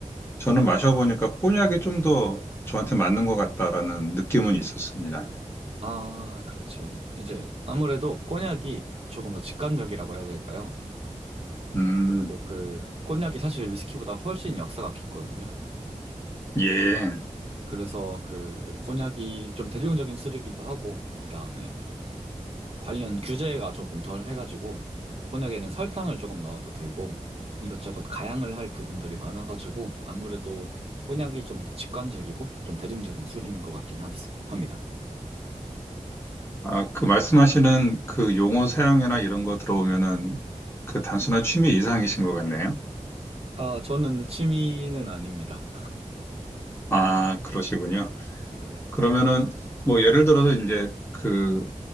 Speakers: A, on the left; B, on the right.
A: 저는 마셔보니까 꼬냑이 좀 더 저한테 맞는 것 같다라는 느낌은 있었습니다.
B: 아, 그렇죠. 이제 아무래도 꼬냑이 조금 더 직관적이라고 해야 될까요?
A: 음,
B: 그리고 그 꼬냑이 사실 위스키보다 훨씬 역사가 깊거든요.
A: 예.
B: 그래서 그 꼬냑이 좀 대중적인 술이기도 하고, 그다음에 관련 규제가 조금 덜 해가지고 곤약에는 설탕을 조금 넣어도 되고 이것저것 가양을 할 부분들이 많아가지고 아무래도 곤약이 좀 더 직관적이고 좀 대중적인 술인 것 같긴 함- 합니다.
A: 아, 그 말씀하시는 그 용어 사용이나 이런 거 들어오면은 그 단순한 취미 이상이신 것 같네요.
B: 아, 저는 취미는 아닙니다.
A: 아, 그러시군요.
B: <laughs> 네네.
A: 그러면은 뭐 예를 들어서 이제 그